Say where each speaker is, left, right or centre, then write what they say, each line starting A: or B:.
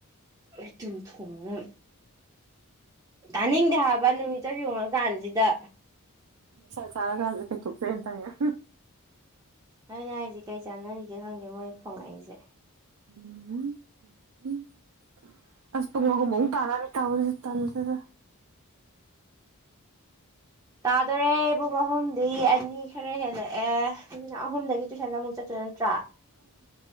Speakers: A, on the right; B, on the right.
A: ꯑꯩ ꯇꯨꯝꯊꯣꯡꯂꯝ ꯇꯅꯤꯡꯗꯦ ꯍꯥꯏꯕ ꯅꯨꯃꯤꯠ ꯆꯞ ꯌꯨꯡꯉꯥ ꯀꯥꯟꯁꯤꯗ
B: ꯁꯥ ꯁꯥꯔꯥꯀꯟꯁꯤꯗ ꯀꯩ ꯊꯣꯛꯆꯩ ꯑꯅ ꯇꯧꯔꯤꯅꯣ
A: ꯑꯗꯨꯅꯦ ꯍꯥꯏꯁꯦ ꯀꯩ ꯆꯥꯟꯅꯔꯤꯒꯦ ꯈꯪꯗꯦ ꯃꯣꯏ ꯈꯣꯡꯉꯛꯏꯁꯦ
B: <unintelligible> ꯑꯁ ꯄꯨꯡ ꯑꯍꯨꯝ ꯑꯃꯨꯛ ꯇꯥꯔꯛꯑꯅꯤ ꯇꯧꯔꯤꯁꯦ ꯇꯜꯂꯤꯗ
A: ꯇꯥꯗꯣꯔꯦ ꯄꯨꯡ ꯑꯍꯨꯝꯗꯤ ꯑꯅꯤ ꯈꯔ ꯍꯦꯜꯂꯛꯑꯦ <unintelligible> ꯑꯍꯨꯝꯗꯒꯤ ꯇꯨꯏꯁꯟ ꯑꯃꯨꯛ ꯆꯠꯇꯣꯏ ꯅꯠꯇ꯭ꯔꯥ